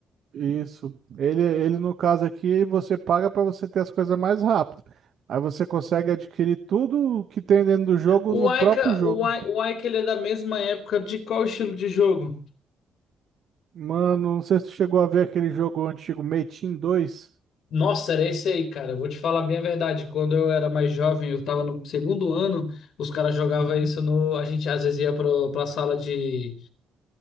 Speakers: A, on the right; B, on the left.
A: Isso. Ele, ele, no caso aqui, você paga pra você ter as coisas mais rápido. Aí você consegue adquirir tudo que tem dentro do jogo
B: O
A: no
B: Aika,
A: próprio jogo.
B: o Ai- o Aika, ele é da mesma época de qual estilo de jogo?
A: Mano, não sei se tu chegou a ver aquele jogo antigo, Metin dois.
B: Nossa, era esse aí, cara. Vou te falar bem a verdade. Quando eu era mais jovem, eu tava no segundo ano, os caras jogavam
A: Uhum.
B: isso no. A gente às vezes ia pro, pra sala de,